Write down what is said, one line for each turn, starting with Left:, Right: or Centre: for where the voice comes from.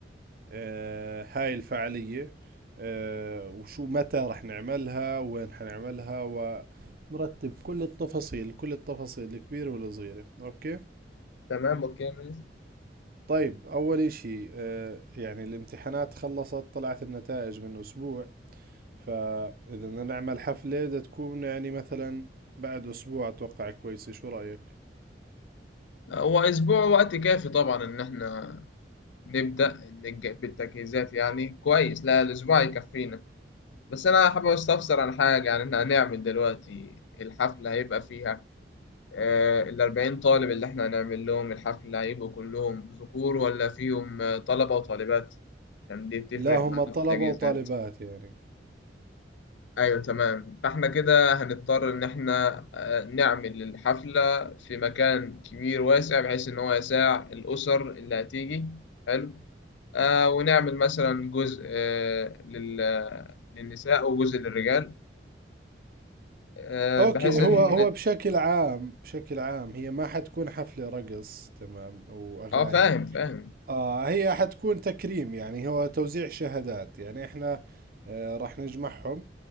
Right: أه هاي الفعالية أه وشو متى رح نعملها وين حنعملها ونرتب كل التفاصيل كل التفاصيل الكبيرة والصغيرة اوكي
Left: تمام اوكي يا ميس.
Right: طيب اول اشي أه يعني الامتحانات خلصت طلعت النتائج من اسبوع فاذا بدنا نعمل حفلة بدها تكون يعني مثلا بعد اسبوع اتوقع كويسة شو رأيك
Left: هو اسبوع وقت كافي طبعا ان احنا نبدأ نج- بالتجهيزات يعني كويس لا الأسبوع يكفينا بس أنا حابب أستفسر عن حاجة يعني إحنا هنعمل دلوقتي الحفلة هيبقى فيها آه، الأربعين طالب اللي إحنا هنعمل لهم الحفلة هيبقوا كلهم ذكور ولا فيهم آه، طلبة وطالبات؟ يعني دي بتفرق
Right: لا هم
Left: معانا
Right: طلبة
Left: في التجهيزات
Right: وطالبات يعني
Left: أيوة تمام فإحنا كده هنضطر إن إحنا آه، نعمل الحفلة في مكان كبير واسع بحيث إن هو يساع الأسر اللي هتيجي حلو آه، ونعمل مثلا جزء آه، لل- للنساء وجزء للرجال آه،
Right: اوكي
Left: بحيث ان
Right: هو هو بشكل عام بشكل عام هي ما حتكون حفلة رقص تمام واغاني
Left: اه فاهم فاهم
Right: آه هي حتكون تكريم يعني هو توزيع شهادات يعني احنا آه راح نجمعهم